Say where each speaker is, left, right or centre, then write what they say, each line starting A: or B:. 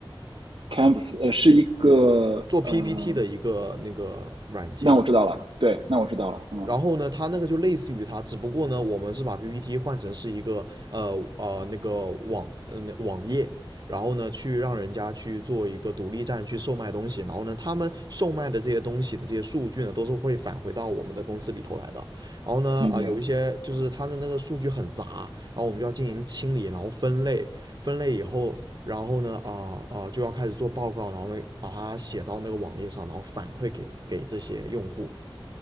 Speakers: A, on the right (about 65°); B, on the right (about 50°).
A: ？Canvas 呃是一个呃，
B: 做 PPT 的一个那个软件。
A: 那我知道了，对，那我知道了，嗯，
B: 然后呢，它那个就类似于它，只不过呢，我们是把 PPT 换成是一个呃呃那个网嗯、呃网页，然后呢去让人家去做一个独立站去售卖东西，然后呢他们售卖的这些东西的这些数据呢都是会返回到我们的公司里头来的。然后呢啊、
A: 理解，
B: 呃有一些就是他的那个数据很杂，然后我们就要进行清理，然后分类，分类以后。然后呢，啊、呃啊、呃就要开始做报告，然后呢，把它写到那个网页上，然后反馈给给这些用户。